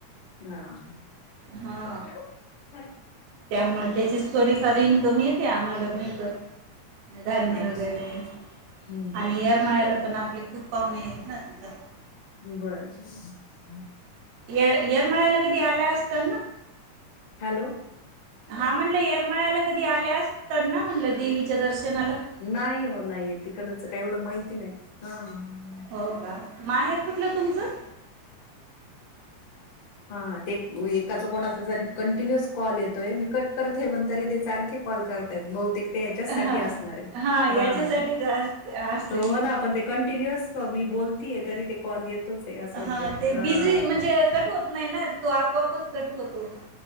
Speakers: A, on the left; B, on the right.
A: हां.
B: हा
A: <unintelligible>
B: त्यामुळे त्येचीच थोडीफार इन्कम येते आम्हाला मिळकत. धान्य
A: अच्छा
B: वगैरे,
A: हम्म
B: आणि येरमाळ्याला पण आ आपले खूप पाहुणे आहेत ना तिथं.
A: बर. <unintelligible>
B: ये यरमाळ्याला कधी आल्या असत्याल ना?
A: हॅलो.
B: हा म्हणलं येरमाळ्याला कधी आल्या असत्यालना म्हणलं. देवीच्या दर्शनाला
A: नाही हो नाही तिकडचं काही एवढं माहिती नाही अ हां.
B: हो का माहेर कुठलं तुमचं?
A: हां हां ते एकाचा कोणाचा तरी कंटिन्युअस कॉल येतोय मी कट करते पण तरी ते सारखे कॉल करतायत बहुतेक हेच्याचसाठीअसणार
B: हा
A: हाय.
B: हा
A: हां
B: याच्यासाठीच अस असेल
A: तो होना आ पण ते कंटिन्युस मी बोल -- ती, तरी ते कॉल येतोचयं असं होतय,
B: हा ते
A: हा.
B: बिझी म्हणजे कट होत नाही ना तो आपोआपच कटत होतो.